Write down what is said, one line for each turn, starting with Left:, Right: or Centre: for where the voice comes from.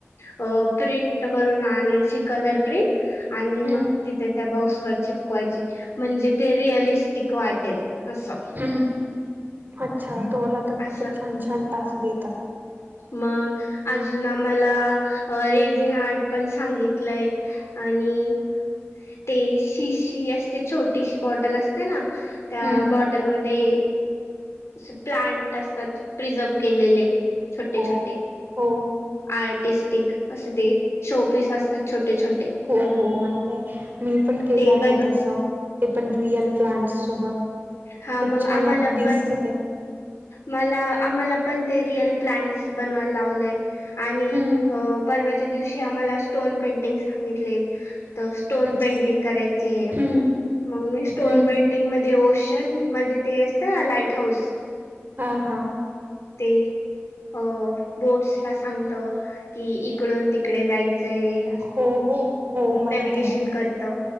Left: अ... प्रिंट करून आणायची कलर प्रिंट. आणि मग
Right: हम्म
Left: तिथे, त्या बॉक्सवर चीप कवायची म्हणजे ते, रिअलिस्टिक वाटेल असं.
Right: हम्म अच्छा, तुम्हाला तर खूपच
Left: असं
Right: छान छान टास्क देतात.
Left: मग अजून आम्हांला, रेजीन इन आर्ट पण सांगितलंय. आणि ते शिशी असते, छोटीशी बॉटल अस ते ना त्या
Right: हम्म.
Left: बॉटलमध्ये, प्लांट असतात, प्रिझर्व केलेले छोटे
Right: हो
Left: छोटे.
Right: हो
Left: आर्टिस्टिक असे ते, शोपीस असतात छोटे छोटे.
Right: हो हो माहित मी पण केलं
Left: ते
Right: आहे
Left: बनव
Right: तसं, ते पण रियल प्लांट सोबत.
Left: हा
Right: खूप
Left: मग
Right: छान
Left: आम्हाला
Right: दिसतं
Left: पण
Right: ते.
Left: मला आम्हाला पण ते, रियल प्लांट्स बनवायला लावलेय. आणि
Right: हम्म.
Left: अ परवाच्या दिवशी आम्हांला, स्टोन पेंटिंग सांगितले. तर स्टोन
Right: अच्छा.
Left: पेंटिंग करायचे.
Right: हम्म
Left: मग मी स्टोन
Right: हम्म.
Left: पेंटिंग मध्ये, ओ शन म्हणजे, ते असतं ना लाईट हाऊस.
Right: हो हो.
Left: ते. अ बोट्स ला सांगत की, इकडून तिकडे जायचंय.
Right: हो हो. हो माहित
Left: नॅविगेशन
Right: आहे
Left: करतं.